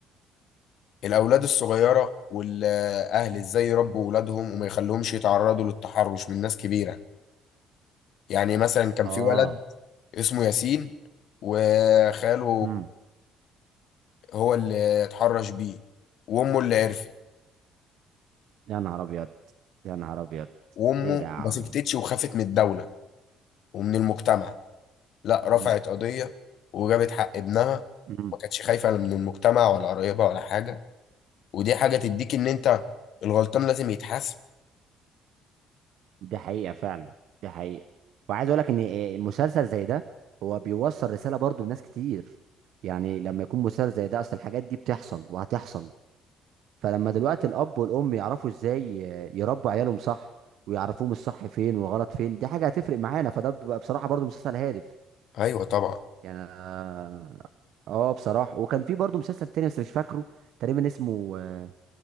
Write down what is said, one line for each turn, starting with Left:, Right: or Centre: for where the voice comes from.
Left: الأولاد الصغيرة والأهل إزاي يربوا أولادهم وما يخليهمش يتعرضوا للتحرش من ناس كبيرة يعني مثلا كان
Right: اه
Left: في ولد اسمه ياسين وخاله
Right: امم
Left: هو اللي اتحرش بيه وامه اللي عرفت
Right: يا نهار ابيض يا نهار ابيض
Left: وامه
Right: ايه ده يا عم
Left: ما سكتتش وخافت من الدولة ومن المجتمع لا رفعت
Right: امم
Left: قضية وجابت حق ابنها
Right: امم
Left: ما كانتش خايفة لا من المجتمع ولا قرايبها ولا حاجة ودي حاجة تديك ان انت الغلطان لازم يتحاسب
Right: دي حقيقه فعلا دي حقيقه وعايز اقول لك ان إيه، مسلسل زي ده هو بيوصل رساله برضو لناس كتير يعني لما يكون مسلسل زي ده اصل الحاجات دي بتحصل وهتحصل فلما دلوقتي الاب والام يعرفوا ازاي ي- يربوا عيالهم صح ويعرفوهم الصح فين والغلط فين دي حاجه هتفرق معانا فده بيبقى بصراحه برضو مسلسل هادف
Left: ايوه طبعا
Right: يعني أنا- اه بصراحه وكان في برضو مسلسل تاني بس مش فاكره تقريبا اسمه آه،